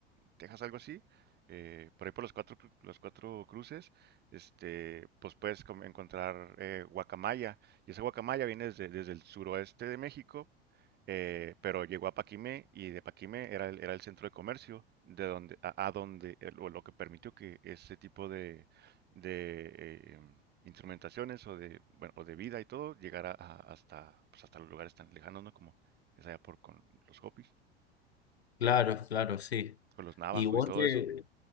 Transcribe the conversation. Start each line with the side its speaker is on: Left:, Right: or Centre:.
Right: Texas, algo así, eh, por ahí por los cuatro, cru- los cuatro cruces, este, pues puedes com- encontrar eh, guacamaya, y esa guacamaya viene desde, desde el suroeste de México, eh, pero llegó a Paquimé, y de Paquimé era el, era el centro de comercio, de donde, a, a donde, eh, o lo que permitió que ese tipo de, de em, instrumentaciones o de, bueno, o de vida y todo, llegar a- a- hasta, pues, hasta los lugares tan lejanos, ¿no? Como es allá por con los Hopis,
Left: claro, claro, sí.
Right: con los Navajo
Left: ¿Y vos
Right: y todo
Left: te,
Right: eso.